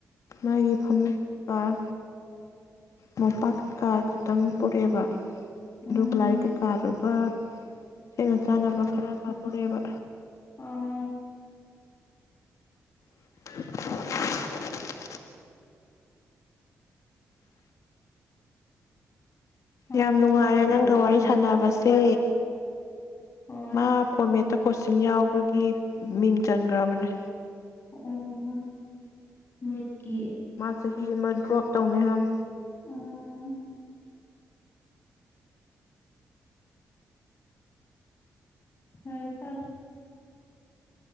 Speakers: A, on the left (about 70°); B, on the left (about 45°).
A: ꯃꯥꯒꯤ ꯐꯃꯨꯡ ꯀꯥꯔ ꯃꯣꯝꯄꯥꯛꯀꯤ ꯀꯥꯔ ꯈꯛꯇꯪ ꯄꯔꯛꯑꯦꯕ
B: ꯎꯝ
A: ꯂꯨꯒ ꯂꯔꯤ ꯀ ꯀꯥꯔꯔꯨꯒ ꯁꯤꯅ ꯆꯥꯅꯕ ꯈꯔ ꯄꯄꯨꯔꯦꯕ
B: ꯑꯣ
A: <inaudible>
B: ꯃꯥꯗꯤ
A: ꯌꯥꯝ
B: ꯃꯈꯥ
A: ꯅꯨꯡꯉꯥꯏꯔꯦ
B: ꯀꯩꯗꯧꯗꯣꯏꯖꯥꯠꯅꯣ
A: ꯅꯪꯒ ꯋꯥꯔꯤ ꯁꯥꯟꯅꯕꯁꯦ
B: ꯍꯣꯏ
A: ꯃꯥ ꯀꯣꯃꯦꯇ ꯀꯣꯆꯤꯡ ꯌꯥꯎ ꯈꯣꯏꯒꯤ ꯃꯤꯡ ꯆꯟꯈ꯭ꯔꯕꯅꯦ꯫
B: ꯑꯣ ꯅꯤꯠꯀꯤ꯫
A: ꯃꯥ ꯆꯍꯤ ꯑꯃ ꯗ꯭ꯔꯣꯞ ꯇꯧꯅꯤꯍꯥꯏꯝ꯫
B: <unintelligible> ꯐꯔꯦ - ꯐꯔꯦ꯫